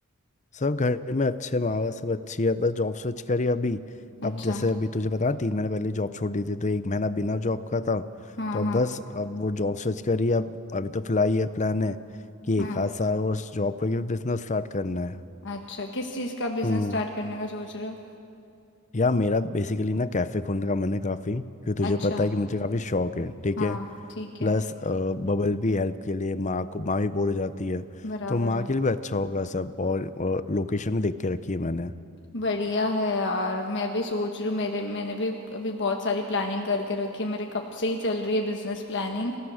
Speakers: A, on the left; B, on the left.
A: सब घर में अच्छे माँ बाप सब अच्छी है बस जॉब स्विच करी अभी अब
B: अच्छा
A: जैसे अभी तुझे पता ना तीन महीने पहले जॉब छोड़ दी थी तो एक महीना बिना जॉब का था
B: हाँ
A: तो अब
B: हाँ
A: बस अब वो जॉब स्विच करी अब अभी तो फिलहाल ये प्लान है कि
B: हाँ
A: एक आध साल और जॉब करके बिजनेस स्टार्ट करना है
B: अच्छा किस चीज़ का बिजनेस
A: हम्म
B: स्टार्ट करने का सोच रहे हो
A: यार मेरा बेसिकली ना कैफ़े खोलने का मन है काफ़ी क्योंकि तुझे
B: अच्छा
A: पता है कि मुझे काफ़ी शौक है ठीक
B: हाँ
A: है
B: ठीक
A: प्लस
B: है
A: अ, बबल भी हेल्प के लिए माँ को माँ भी बोर हो जाती है
B: बराबर
A: तो माँ
B: है
A: के लिए भी अच्छा होगा सब और, और लोकेशन भी देख के रखी है मैंने
B: बढ़िया है यार मैं भी सोच रही हूँ मेरे मैंने भी अभी बहुत सारी प्लानिंग करके रखी है मेरे कब से ही चल रही है बिजनेस प्लानिंग